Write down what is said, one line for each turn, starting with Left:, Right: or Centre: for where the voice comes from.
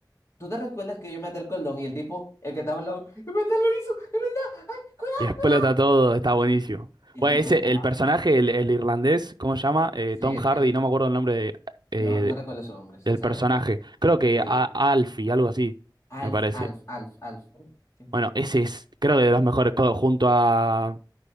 Left: ¿Tú te recuerdas que yo me até el cordón y el tipo, el que estaba al lado, en verdad lo hizo, en verdad, ay, cuidado,
Right: Y explota
Left: cuidado.
Right: todo, está buenísimo.
Left: El
Right: Bueno,
Left: tipo
Right: ese,
Left: estaba,
Right: el personaje, el, el irlandés, ¿cómo se llama? Eh,
Left: sí,
Right: Tom
Left: él,
Right: Hardy,
Left: él-
Right: no me acuerdo el nombre de- eh,
Left: no, no recuerdo su nombre, sinceramente.
Right: del personaje. Creo que
Left: Sí,
Right: a,
Left: sí.
Right: Alfie, algo así,
Left: Alf,
Right: me parece.
Left: Alf, Alf, Alf. Sí.
Right: Bueno, ese es, creo que de los mejores, co- junto a,